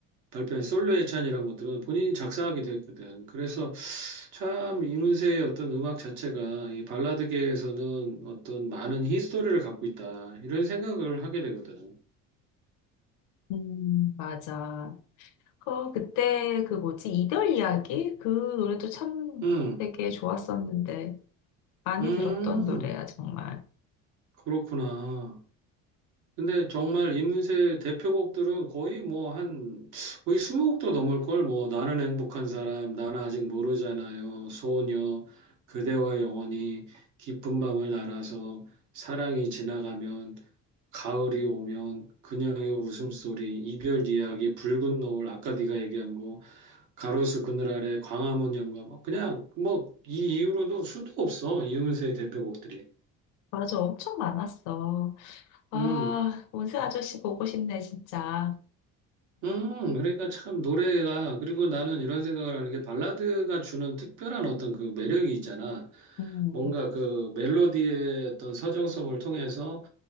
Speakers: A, on the right (about 65°); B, on the left (about 70°).
A: 발표한 솔로의 찬이란 것들은 본인이 작사하기도 했거든. 그래서 참 이문세의 어떤 음악 자체가 이 발라드계에서는 어떤 많은 히스토리를 갖고 있다. 이런 생각을 하게 되거든.
B: 음, 맞아. 어, 그때 그 뭐지? 이별 이야기? 그 노래도 참
A: 음.
B: 되게 좋았었는데. 많이
A: 음.
B: 들었던 노래야, 정말.
A: 그렇구나. 근데 정말 이문세의 대표곡들은 거의 뭐 한, 거의 20곡도 넘을 걸, 뭐, 나는 행복한 사람, 나는 아직 모르잖아요, 소녀, 그대와 영원히, 깊은 밤을 날아서, 사랑이 지나가면, 가을이 오면, 그녀의 웃음소리, 이별 이야기, 붉은 노을, 아까 네가 얘기한 거, 가로수 그늘 아래, 광화문 연가, 뭐 그냥, 뭐, 이 이후로도 수도 없어, 이문세의 대표곡들이.
B: 맞아, 엄청 많았어. 아,
A: 음.
B: 운세 아저씨 보고 싶네, 진짜.
A: 음, 그러니까 참 노래가, 그리고 나는 이런 생각을 하는 게 발라드가 주는 특별한 어떤 그 매력이 있잖아.
B: 음,
A: 뭔가 그 멜로디의 어떤 서정성을 통해서